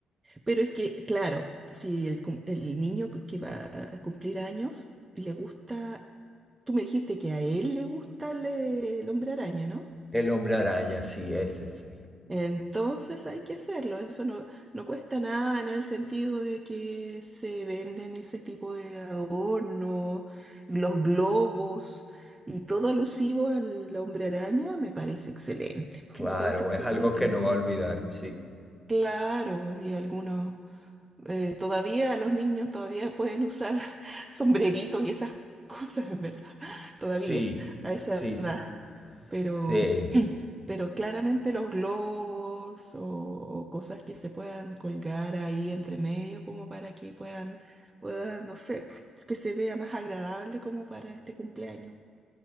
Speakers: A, on the right; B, in the centre.
A: Pero es que, claro, si el, cum- el niño que va a cumplir años le gusta, tú me dijiste que a él le gusta le- el hombre araña, ¿no?
B: El hombre araña, sí, ese, sí.
A: Entonces hay que hacerlo, eso no, no cuesta nada en el sentido de que se venden ese tipo de adorno, los globos y todo alusivo al hombre araña, me parece excelente,
B: Claro,
A: me parece excelente.
B: es algo que
A: bueno.
B: no va a olvidar, sí.
A: Claro, y algunos... Eh, todavía los niños todavía pueden usar <laughs> sombreritos y esas cosas, en verdad, todavía,
B: Sí,
A: a esa
B: sí, sí,
A: edad. Pero,
B: sí,
A: pero claramente los globos o, o cosas que se puedan colgar ahí entre medio como para que puedan, puedan, no sé, que se vea más agradable como para este cumpleaños.